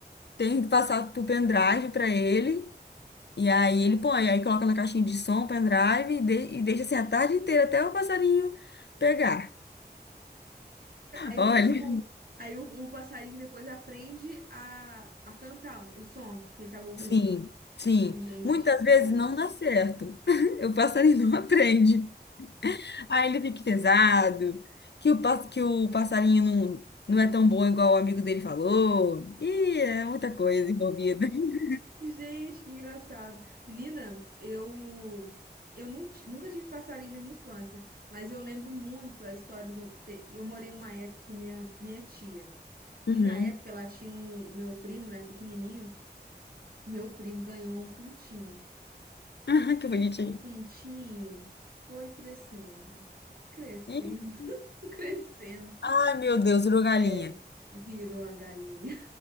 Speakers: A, on the left; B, on the right.
A: tenho que passar pro pendrive para ele. E aí ele põe, aí coloca na caixinha de som, pendrive e, de- e deixa assim a tarde inteira até o passarinho pegar.
B: Aí,
A: Olha,
B: o, tipo, aí o, o passarinho depois aprende a, a cantar o som que ele
A: <laughs>
B: tava ouvindo.
A: sim, sim.
B: Mente,
A: Muitas vezes
B: cara.
A: não dá certo. <laughs> O passarinho não aprende. Aí ele fica pesado, que o, pas- que o passarinho não, não é tão bom igual o amigo dele falou. Ih, é muita coisa envolvida. <laughs>
B: Gente, que engraçado. Menina, eu eu nun- nunca tive passarinho na minha infância, mas eu lembro muito a história do. te- Eu morei uma época com minha, minha tia.
A: Uhum.
B: E na época ela tinha um. Meu primo, né, pequenininho, meu primo ganhou um pintinho.
A: <laughs> Que
B: E
A: bonitinho.
B: o pintinho foi crescendo, crescendo,
A: Ih,
B: <laughs> crescendo.
A: Ai, meu Deus, virou galinha.
B: É, virou a galinha.